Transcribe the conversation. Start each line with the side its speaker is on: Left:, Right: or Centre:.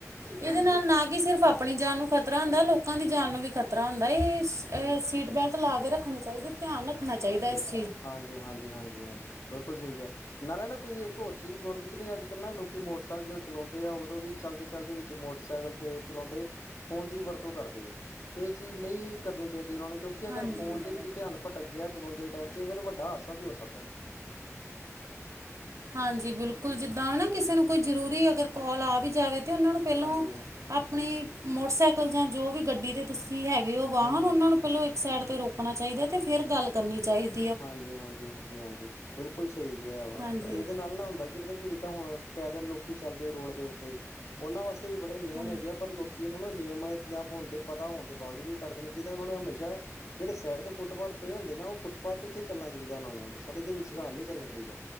Right: ਇਹਦੇ
Left: ਹਾਂਜੀ
Right: ਨਾਲ ਨਾ ਕਿ ਸਿਰਫ਼ ਆਪਣੀ ਜਾਨ ਨੂੰ ਖ਼ਤਰਾ ਹੁੰਦਾ। ਲੋਕਾਂ ਦੀ ਜਾਨ ਨੂੰ ਵੀ ਖ਼ਤਰਾ ਹੁੰਦਾ। ਏਸ ਏ
Left: ਹਾਂ
Right: ਸੀਟ ਬੈਲਟ ਲਾ ਕੇ ਰੱਖਨੀ ਚਾਈਦੀ ਧਿਆਨ ਰੱਖਨਾ ਚਾਹੀਦਾ ਏਸ।
Left: ਹਾਂਜੀ ਹਾਂਜੀ, ਹਾਂਜੀ ਹਾਂਜੀ ਬਿਲਕੁਲ ਸਹੀ ਕਿਹਾ। ਨਾਲੇ ਨਾ ਤੁਸੀਂ ਇੱਕ ਹੋਰ ਚੀਜ਼ ਗੋਰ ਨੀ ਕੀਤੀ। ਅੱਜ- ਕੱਲ ਨਾ ਲੋਕੀ ਮੋਟਰਸਾਈਕਲ ਜੋ ਚਲਾਉਂਦੇ ਆ ਔਦੋਂ ਵੀ ਚਲਦੇ-ਚਲਦੇ ਵਿੱਚ ਮੋਟਰਸਾਈਕਲ ਤੇ ਚਲਾਉਂਦੇ ਫੋਨ ਦੀ ਵਰਤੋਂ ਕਰਦੇ ਐ। ਏਹ ਚੀਜ਼ ਨਹੀਂ ਕਰਨੀ ਚਾਈਦੀ ਉਨਾਂ ਨੇ ਕਿਉ ਕਿ ਅਗਰ
Right: ਹਾਂਜੀ
Left: ਫੋਨ ਦੇ ਵਿੱਚ ਧਿਆਨ ਭਟਕ ਗਿਆ ਚਲਾਉਂਦੇ ਟਾਈਮ ਤੇ ਫੇਰ ਵੱਡਾ ਹਾਦਸਾ ਵੀ ਹੋ ਸਕਦੈ।
Right: ਹਾਂਜੀ, ਬਿਲਕੁਲ ਜਿੱਦਾਂ ਨਾ ਕਿਸੇ ਨੂੰ ਕੋਈ ਜ਼ਰੂਰੀ ਅਗਰ ਕੋਲ ਆ ਵੀ ਜਾਵੇ। ਤਾਂ ਉਹਨਾਂ ਨੂੰ ਪਹਿਲੋ
Left: ਹਾਂਜੀ,
Right: ਆਪਣੇ ਮੋਟਰਸਾਈਕਲ ਜਾਂ ਜੋ ਵੀ ਗੱਡੀ ਤੇ ਤੁਸੀਂ ਹੈਗੇ ਔ ਵਾਹਨ
Left: ਹਾਂਜੀ।
Right: ਉਹਨਾਂ ਨੂੰ ਪਹਿਲੋਂ ਸਾਈਡ ਤੇ ਰੋਕਣਾ ਚਾਈਦਾ ਤੇ ਫੇਰ ਗੱਲ ਕਰਨੀ ਚਾਈਦੀ।
Left: ਹਾਂਜੀ ਹਾਂਜੀ, ਹਾਂਜੀ ਹਾਂਜੀ ਬਿਲਕੁਲ ਸਹੀ ਕਿਆ ਵਾ
Right: ਹਾਂਜੀ
Left: ਇਹਦੇ ਨਾਲ ਨਾ ਹੁੰਦਾ ਕੀ ਪਤਾ ਕੀ ਜਿਦਾ ਹੁਣ ਪੈਦਲ ਲੋਕੀ ਚੱਲਦੇ ਰੋਡ ਦੇ ਉੱਤੇ ਉਹਨਾਂ ਵਾਸਤੇ ਵੀ ਬੜੇ ਨਿਯਮ
Right: ਹਾਂਜੀ
Left: ਹੈਗੇ ਪਰ ਲੋਕੀ ਏਹਨਾਂ ਨਿਯਮਾਂ ਯਮਾ ਹੋਨ ਦੇ ਪਤਾ ਹੋਨ ਦੇ ਬਾਜੂਦ ਵੀ ਕਰਦੇ ਨੇ ਕਿਸੇ ਨੂੰ ਨੇ ਹਮੇਸ਼ਾ ਜਿਹੜੇ ਸਾਈਡ ਤੇ ਫੁੱਟਪਾਥ ਪਏ ਹੁੰਦੇ ਨਾ ਉਹ ਫੁੱਟਪਾਥ ਦੇ ਉੱਤੇ ਚਲਨਾ ਚਾਈਦਾ। ਉਹਨਾਂ ਨੂੰ ਸੜਕ ਦੇ ਵਿਚਕਾਰ ਨਹੀਂ ਚੱਲਨਾ ਚਾਈਦਾ।